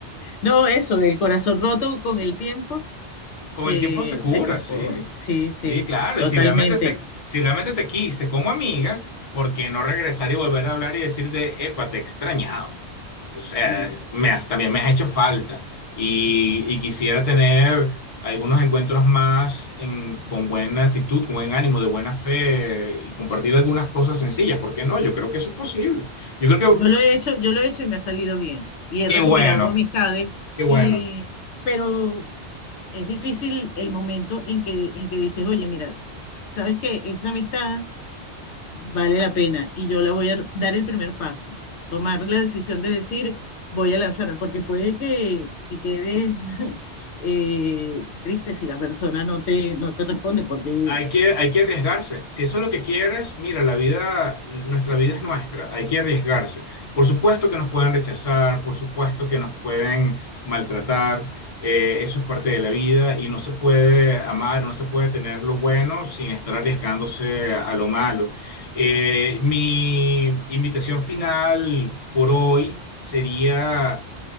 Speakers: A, on the left; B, on the left.
A: no, eso, el corazón roto con el tiempo se,
B: Con el tiempo se cura,
A: se compone.
B: sí.
A: Sí, sí,
B: Sí, claro.
A: totalmente.
B: Y si realmente te, si realmente te quise como amiga, ¿por qué no regresar y volver a hablar y decirte, epa, te he extrañado? O sea,
A: Mm.
B: me has- también me has hecho falta. Y, y quisiera tener algunos encuentros más en, con buena actitud, con buen ánimo, de buena fe y compartir algunas cosas sencillas. ¿Por qué no? Yo creo que eso es posible. Yo creo
A: Yo
B: que,
A: lo he hecho, yo lo he hecho y me ha salido bien. Y he
B: qué
A: recuperado
B: bueno,
A: amistades,
B: qué bueno.
A: y, pero es difícil el momento en que, en que dices, oye, mira, ¿sabes que Esa amistad vale la pena y yo la voy a dar el primer paso, tomar la decisión de decir, voy a lanzarme, porque puede que, que quedes <laughs> eh, triste si la persona no te, no te responde, porque
B: Hay que, hay que arriesgarse. Si eso es lo que quieres, mira, la vida, nuestra vida es nuestra. Hay que arriesgarse. Por supuesto que nos pueden rechazar, por supuesto que nos pueden maltratar. eh, eso es parte de la vida y no se puede amar, no se puede tener lo bueno sin estar arriesgándose a lo malo. Eh, mi invitación final por hoy sería